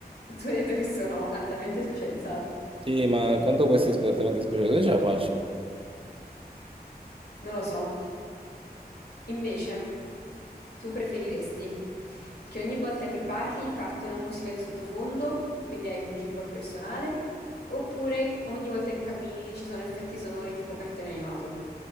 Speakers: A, on the left (about 80°); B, on the right (about 35°).
A: Tu hai detto che sono altamente specializzati.
B: Sì, ma quanto può essere esattamente speciale? Dove ce la faccio?
A: Non lo so. Invece, tu preferiresti che ogni volta che parli parte una musica di sottofondo, quindi hai un jingle personale, oppure ogni volta che cammini ci sono effetti sonori tipo cartone animato?